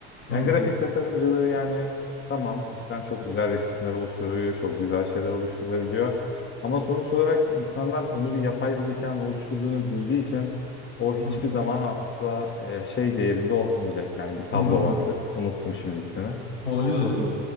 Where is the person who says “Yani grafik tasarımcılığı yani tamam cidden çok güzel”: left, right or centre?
Left